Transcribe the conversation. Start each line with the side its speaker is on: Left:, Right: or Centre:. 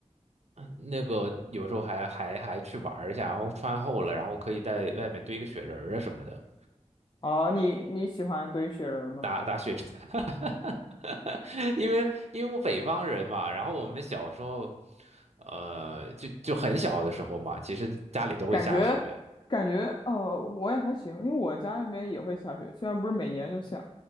Right: 嗯那个有时候还还还去玩儿一下，然后穿厚了，然后可以在外面堆个雪人儿啊什么的。
Left: 哦，你你喜欢堆雪人吗？
Right: 打打雪仗，<laughs> 因为因为我北方人嘛，然后我们小时候，呃，就就很小的时候嘛，其实家里都会下雪，
Left: 感觉感觉哦，我也还行，因为我家那边也会下雪，虽然不是每年都下，